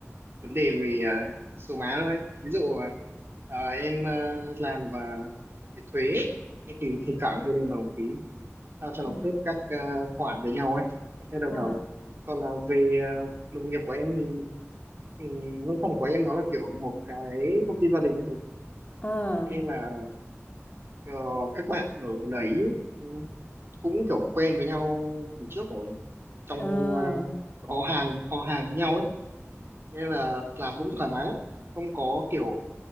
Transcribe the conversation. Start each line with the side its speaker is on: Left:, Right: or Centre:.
Right: vấn đề về ờ, số má thôi. Ví dụ ờ, em ờ, làm ờ, về thuế em thì thỉnh thoảng hơi đau đầu một tí sao cho nó
Left: Ừ.
Right: khớp các ờ, khoản với nhau ấy hơi đau đầu
Left: À,
Right: còn là về ờ, đồng nghiệp của em thì Ừ, văn phòng của em nó là kiểu một cái công ty gia đình ấy chị
Left: à,
Right: thế nên là ờ, các bạn ở đấy cũng kiểu quen với nhau từ trước rồi trong
Left: à.
Right: ờ, họ hàng họ hàng với nhau ấy thế nên là làm cũng thoải mái lắm. không có kiểu